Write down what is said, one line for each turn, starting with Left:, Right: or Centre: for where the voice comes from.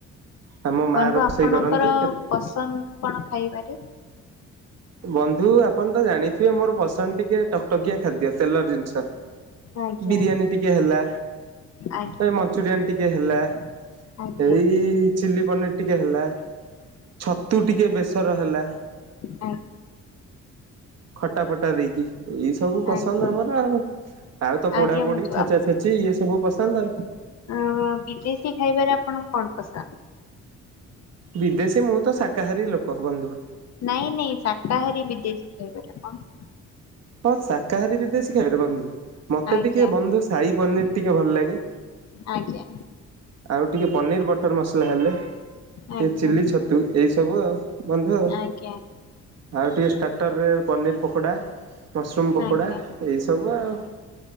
Right: ଆମ ମା
Left: ବନ୍ଧୁ
Right: ରୋଷେଇ
Left: ଆପଣଙ୍କର
Right: କରନ୍ତି କେ
Left: ପସନ୍ଦ କଣ ଖାଇବାରେ?
Right: ବନ୍ଧୁ ଆପଣ ତ ଜାଣିଥିବେ ମୋର ପସନ୍ଦ ଟିକେ ଟକଟକିଆ ଖାଦ୍ୟ ତେଲ ଜିନିଷ।
Left: ଆଜ୍ଞା
Right: ବିରିୟାନୀ ଟିକେ ହେଲା।
Left: ଆଜ୍ଞା
Right: ଏ ମଞ୍ଚୁରିଆନ ଟିକେ ହେଲା।
Left: ଆଜ୍ଞା
Right: ଏଇ ଚିଲ୍ଲି ପନିର ଟିକେ ହେଲା। ଛତୁ ଟିକେ ବେଶ ର ହେଲା।
Left: ଆ
Right: ଖଟା ଫଟା ଦେଇକି ଏଇ ସବୁ ପସନ୍ଦ
Left: ଆଜ୍ଞା
Right: ଆମର ଆଉ। ଆଉ ତ
Left: ଆଜ୍ଞା
Right: ପୋଡା ପୋଡି
Left: ବନ୍ଧୁ
Right: ଛେଚା ଛେଚି ଇଏ ସବୁ ପସନ୍ଦ ଆଉ।
Left: ଆ ବିଦେଶୀ ଖାଇବାରେ ଆପଣ କଣ ପସନ୍ଦ?
Right: ବିଦେଶୀ ମୁଁ ତ ଶାକାହାରୀ ଲୋକ ବନ୍ଧୁ।
Left: ନାଇଁ ନାଇଁ ଶାକାହାରୀ ବିଦେଶୀ ସିଏ ଗୋଟେ କଣ?
Right: ହଁ ଶାକାହାରୀ ବିଦେଶୀ ଖାଇବ ବନ୍ଧୁ ମତେ
Left: ଆଜ୍ଞା
Right: ଟିକେ ବନ୍ଧୁ ସାହି ପନିର ଟିକେ ଭଲ ଲାଗେ।
Left: ଆଜ୍ଞା।
Right: ଆଉ ଟିକେ ପନିର ବଟର ମସଲା ହେଲେ।
Left: ଆଜ୍ଞା
Right: ଏ ଚିଲି ଛତୁ ଏଇ ସବୁ ଆଉ ବନ୍ଧୁ ଆଉ।
Left: ଆଜ୍ଞା
Right: ଆଉ ଟିକେ ଷ୍ଟାର୍ଟରରେ ପନିର୍ ପକୋଡ଼ା ମସରୁମ୍ ପକୋଡ଼ା
Left: ଆଜ୍ଞା
Right: ଏଇସବୁ ଆଉ